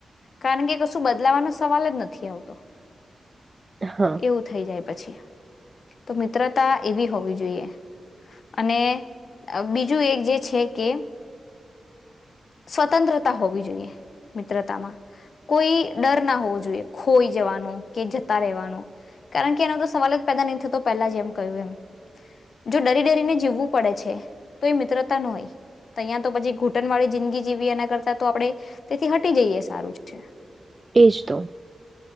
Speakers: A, on the left; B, on the right.
A: કારણ કે કશું બદલાવવાનો સવાલ જ નથી આવતો
B: હા
A: એવું થઇ જાય પછી, તો મિત્રતા એવી હોવી જોઈએ. અને અહ બીજું એક જે છે કે સ્વતંત્રતા હોવી જોઈએ મિત્રતામાં. કોઈ ડર ના હોવો જોઈએ, ખોઈ જવાનો, કે જતા રહેવાનો, કારણ કે એનો તો સવાલ જ પેદા નહી થતો તો પહેલા જ એમ કહ્યું એમ. જો ડરી-ડરીને જીવવું પડે છે તો એ મિત્રતા નો હોય, તહીંયા તો પછી ઘૂંટણ વાળી જિંદગી જીવીએ એના કરતાં તો આપણે તેથી હટી જઈએ સારું છે.
B: એજ તો.